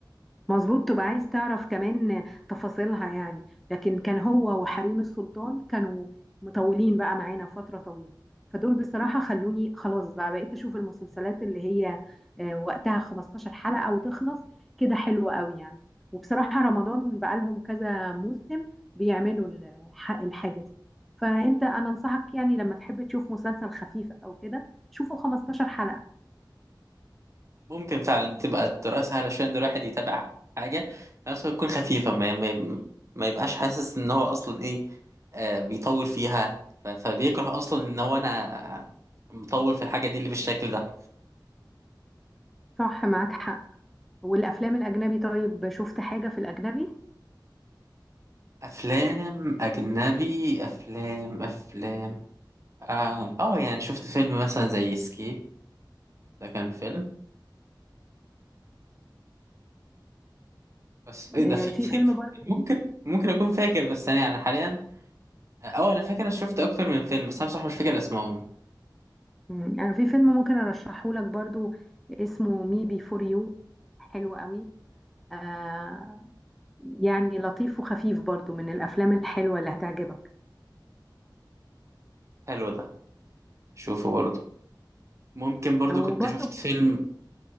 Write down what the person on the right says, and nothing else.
ممكن فعلا تبقى الدراسة علشان الواحد يتابع حاجة بس تكون خفيفة ما, ما, ما يبقاش حاسس إن هو أصلا إيه آه بيطور فيها ف- فبيكره أصلا إن هو أنا مطور في الحاجة دي اللي بالشكل ده
أفلام أجنبي أفلام أفلام آه, آه يعني شفت فيلم مثلا زي سكيب ده كان فيلم بس إيه
ده في
<laughs>
ممكن ممكن أكون فاكر بس أنا يعني حاليا أه أنا فاكر أنا شفت أكتر من فيلم بس أنا بصراحة مش فاكر أسمائهم
حلو ده شوفوا برضه ممكن برضو
كنت
شفت فيلم